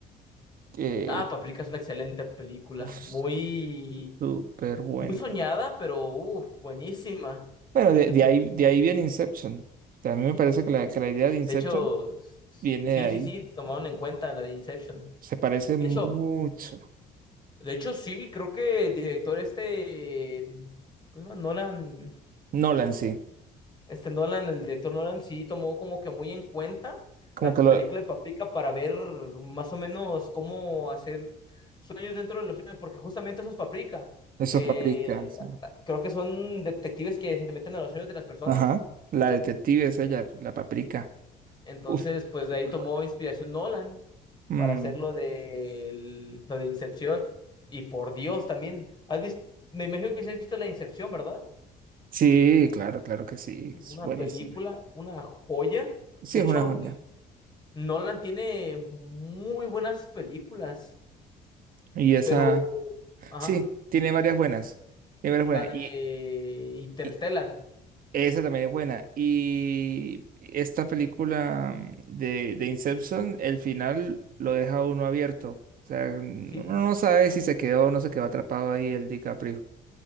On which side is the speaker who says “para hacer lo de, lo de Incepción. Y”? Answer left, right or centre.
Left